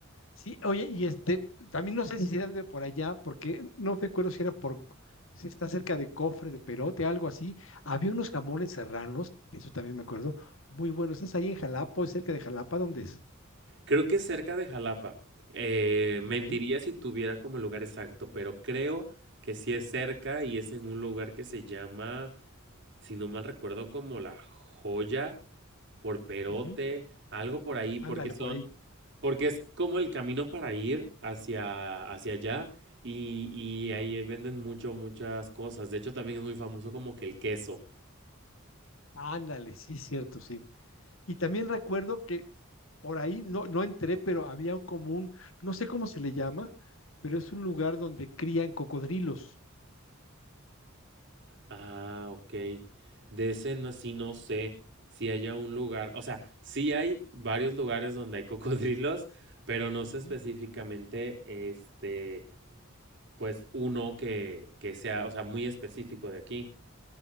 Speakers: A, on the left; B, on the right.
A: Sí, oye, y este, también no sé si era de por allá, porque no recuerdo si era por, si está cerca de Cofre, de Perote, algo así. Había unos jamones serranos, eso también me acuerdo, muy buenos. ¿Estás ahí en Jalapa o es cerca de Jalapa? ¿Dónde es?
B: Creo que es cerca de Jalapa. Eh, mentiría
A: Ok.
B: si tuviera como lugar exacto, pero creo que sí es cerca y es en un lugar que se llama, si no mal recuerdo, como La Joya, por Perote,
A: Ujú.
B: algo por ahí, porque
A: Ándale,
B: son,
A: por ahí.
B: porque es como el camino para ir hacia, hacia allá y, y
A: Ah,
B: ahí venden mucho, muchas cosas. De hecho, también es muy famoso como que el queso.
A: Ándale, sí, cierto, sí. Y también recuerdo que por ahí no, no entré, pero había como un, no sé cómo se le llama, pero es un lugar donde crían cocodrilos.
B: Ah, ok. De ese no, sí no sé si haya un lugar, o sea, sí hay varios lugares donde hay cocodrilos, pero no sé
A: Ujú,
B: específicamente, este, pues uno que, que sea, o sea, muy específico de aquí.